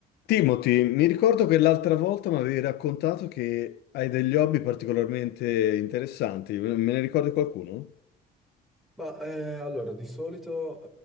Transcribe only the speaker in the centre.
Ma eh, allora, di solito,